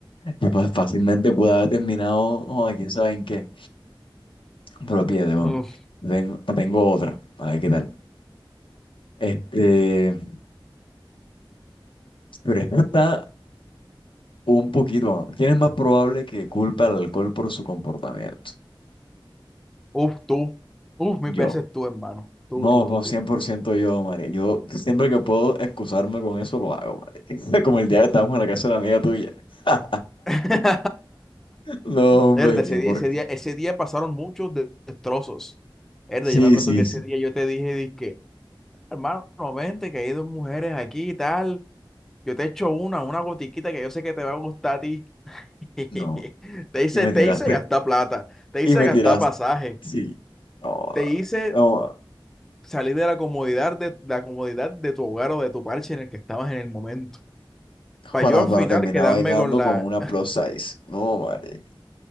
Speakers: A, on the left (about 70°); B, in the centre.
A: Yo fa- fácilmente pude haber terminado, joder, quién sabe en qué. Pero pídate, bueno.
B: Uf,
A: Tengo, tengo otra, a ver qué tal. Este, pero esta está un poquito, bueno, ¿quién es más probable que culpe al alcohol por su comportamiento?
B: Uf, tú. Uf, mil
A: Yo.
B: veces tú, hermano. Tú,
A: No,
B: tú, tú,
A: no,
B: tú.
A: 100% yo, María Yo siempre que puedo excusarme con eso lo hago, marica. <laughs> Como el día que estábamos en la casa de la amiga tuya. <laughs>
B: <laughs>
A: No, hombre,
B: Verde,
A: que
B: ese día,
A: por
B: ese día, ese día pasaron muchos de- destrozos. Verde,
A: Sí,
B: yo me acuerdo
A: sí,
B: que ese
A: sí.
B: día yo te dije, dizque, hermano, vente, que hay dos mujeres aquí y tal. Yo te echo una, una gotiquita que yo sé que te va a gustar a ti. <laughs>
A: No.
B: Te hice,
A: Y me
B: te
A: tiraste,
B: hice gastar plata, te
A: y
B: hice
A: me
B: gastar
A: tiraste.
B: pasaje,
A: Sí. No,
B: te hice
A: no,
B: salir de la comodidad de, la comodidad de tu hogar o de tu parche en el que estabas en el momento. Para
A: para,
B: yo al
A: para
B: final
A: terminar
B: quedarme
A: bailando
B: con la,
A: con una plus size. No, marica.